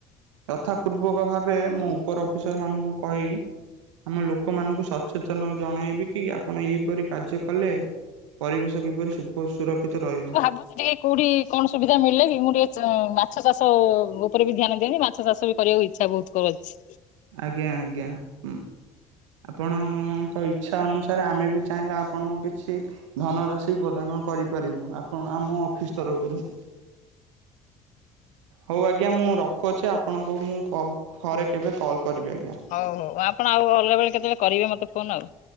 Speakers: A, on the right; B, on the left.
A: ଯଥା ପୂର୍ବକ ଭାବେ ମୁଁ ଉପର ଅଫିସର୍ ମାନଙ୍କୁ କହି ଆମ ଲୋକମାନଙ୍କୁ ସତ୍ ସଚେତନ ଜଣାଇବି କି ଆପଣ ଏହିପରି କାର୍ଯ୍ୟ କଲେ ପରିବେଶ କିପରି ସୁ ଓ ସୁରକ୍ଷିତ ରହିବ।
B: ବୁଝିଲି। କଉଠି କଣ ସୁବିଧା ମିଳିଲାକି ମୁଁ ଟିକେ ମାଛ ଚାଷ ଉପରେ ବି ଧ୍ୟାନ ଦିଅନ୍ତି ମାଛ ଚାଷ ବି କରିବାକୁ ଇ ଇ୍ଛା ବହୁତ କର ଅଛି।
A: ଆଜ୍ଞା, ଆଜ୍ଞା ହୁଁ। ଆପଣଙ୍କ ଇଚ୍ଛା ଅନୁସାରେ ଆମେ ବି ଚାହିଁଲେ ଆପଣଙ୍କୁ କିଛି ଧନରାଶି ପ୍ରଦାନ କରିପାରିବୁ ଆପଣ ଆମ ଅଫିସ୍ ତରଫରୁ ହଉ ଆଜ୍ଞା ମୁଁ ରଖୁଅଛି ଆପଣଙ୍କୁ ମୁଁ ପ ଫରେ କେବେ କଲ୍ କରିବି ଆଜ୍ଞା।
B: ହଉ ହଉ ଆପଣ ଆଉ ଅଲଗା ବେଳେ କେତେବେଳେ କରିବେ ମୋତେ ଫୋନ୍ ଆଉ‌।